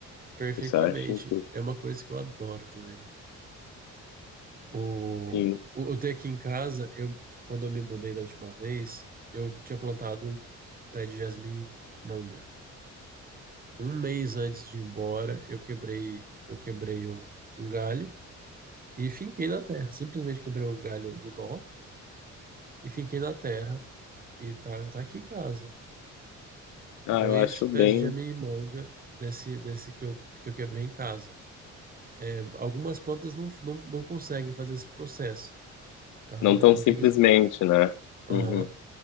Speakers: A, on the right (about 30°); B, on the left (about 80°).
A: perfeitamente.
B: Isso eu acho incrível.
A: É uma coisa que eu adoro também. O,
B: Sim.
A: o, eu tenho aqui em casa, eu, quando eu me mudei da última vez, eu tinha plantado um, um pé de jasmim manga. Um mês antes de ir embora, eu quebrei, eu quebrei um um galho. E finquei na terra. Simplesmente quebrei o galho do nó e finquei na terra. E tá, tá aqui em casa.
B: Ah,
A: Dois
B: eu acho
A: pés
B: bem.
A: de jamimanga desse, desse que eu, que eu quebrei em casa. É, algumas plantas não, não, não conseguem fazer esse processo, tá?
B: Não tão
A: Infelizmente.
B: simplesmente, né?
A: Aham.
B: Uhum.